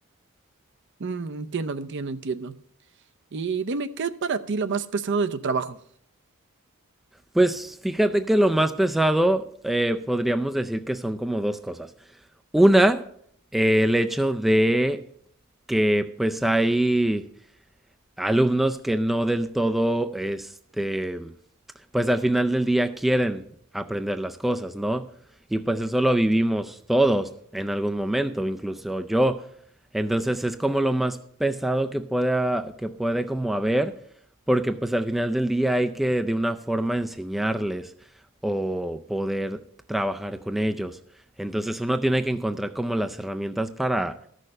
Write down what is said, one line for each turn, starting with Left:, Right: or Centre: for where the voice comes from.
Right: Mm, entiendo, entiendo, entiendo. Y dime, ¿qué es para ti lo más pesado de tu trabajo?
Centre: Pues fíjate que lo más pesado eh, podríamos decir que son como dos cosas. Una, eh, el hecho de que pues hay alumnos que no del todo, este, pues al final del día quieren aprender las cosas, ¿no? Y pues eso lo vivimos todos en algún momento, incluso yo. Entonces es como lo más pesado que pueda, que puede como haber, porque pues al final del día hay que de una forma enseñarles o poder trabajar con ellos. Entonces uno tiene que encontrar como las herramientas para,